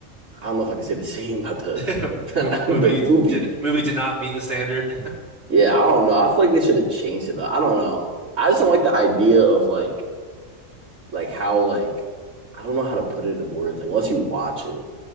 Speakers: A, on the right; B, on the right.
A: I don't know if I can say the <laughs> same about the
B: <laughs>
A: <laughs>
B: Mo- Movie
A: the movie.
B: did, movie did not meet the standard.
A: Yeah, I don't know. I feel like they should have changed it. Though. I don't know. I just don't like the idea of like like how like I don't know how to put it in words. Like unless you watch it,